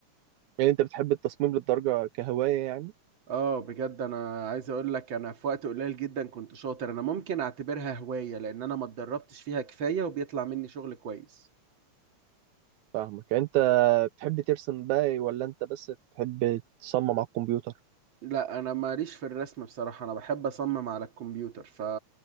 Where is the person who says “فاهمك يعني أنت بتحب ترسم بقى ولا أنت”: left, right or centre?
Right